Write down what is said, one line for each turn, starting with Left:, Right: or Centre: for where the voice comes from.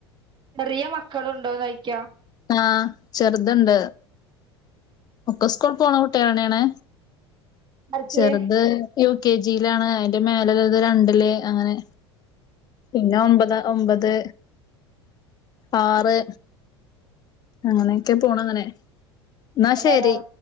Right: ചെറിയ മക്കളുണ്ടോന്നോയ്ക്യാ
Left: ആഹ് ചെർത്ണ്ട് ഒക്കെ സ്കൂൾ പോണ കുട്ടികളെന്നെയാണ്
Right: ആർക്ക്
Left: ചെറുത് യു കെ ജിയിലാണ്. അയ്ന്റെ മേലല്ലത് രണ്ടില്. അങ്ങനെ പിന്ന ഒമ്പതാ ഒമ്പത് ആറ് അങ്ങനെയൊക്കെ പോണ ങ്ങനെ ന്ന
Right: ഇവരാ
Left: ശരി